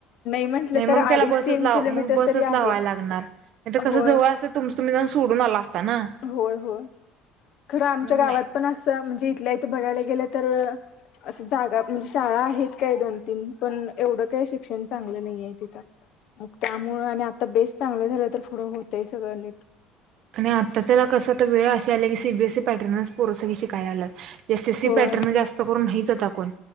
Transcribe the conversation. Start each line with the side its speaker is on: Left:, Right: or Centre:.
Left: म्हटलं
Right: नाही
Left: तर
Right: मग
Left: अडीच
Right: त्याला बसच
Left: तीन
Right: लावाय
Left: किलोमीटर
Right: मग बसच
Left: तरी आहे
Right: लावाय लागणार नाहीतर
Left: होय
Right: कस जवळ असत तर तुमचं तुम्ही जाऊन सोडून सोडून आला असता ना
Left: होय होय खरं आमच्या
Right: मग
Left: गावात
Right: नाही
Left: पण असं म्हणजे इथल्या इथ बघायला गेलं तर अस जागा म्हणजे शाळा आहेत काय दोन तीन पण एवढं काय शिक्षण चांगलं नाहीय तिथं मग त्यामुळे आणि आता बेस चांगलं झालं तर पुढं होतय सगळं नीट
Right: आणि आताच्याला कस तर वेळ अशी आल्या की सीबीएसई पॅटर्नस पोरं सगळी शिकायला लागल्यात एस एस एसी
Left: होय
Right: पॅटर्न जास्त करून नाहीच आता कोण